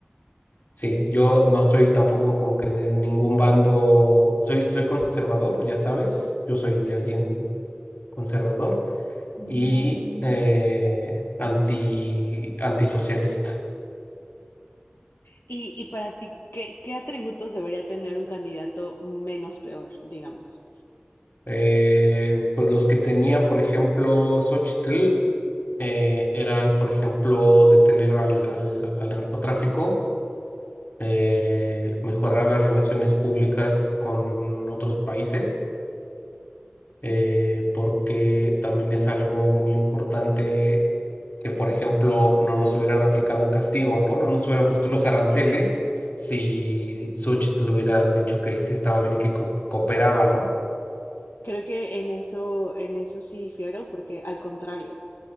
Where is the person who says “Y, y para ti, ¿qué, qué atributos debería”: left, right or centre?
Left